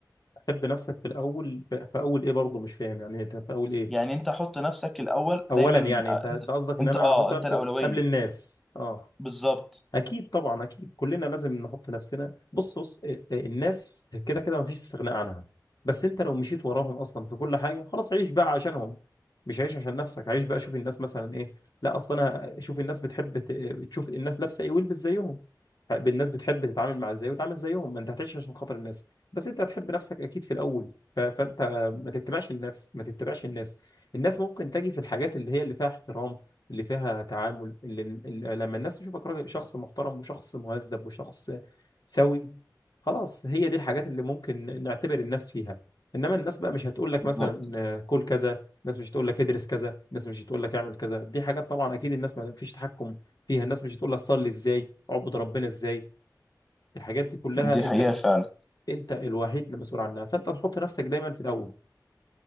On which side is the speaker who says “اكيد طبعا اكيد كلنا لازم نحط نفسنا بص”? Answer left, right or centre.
Left